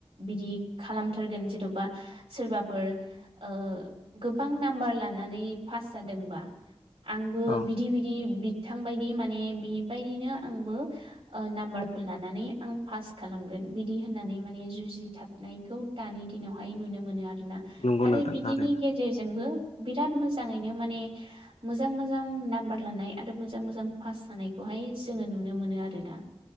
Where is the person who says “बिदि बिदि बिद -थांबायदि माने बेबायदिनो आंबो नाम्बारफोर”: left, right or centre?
Right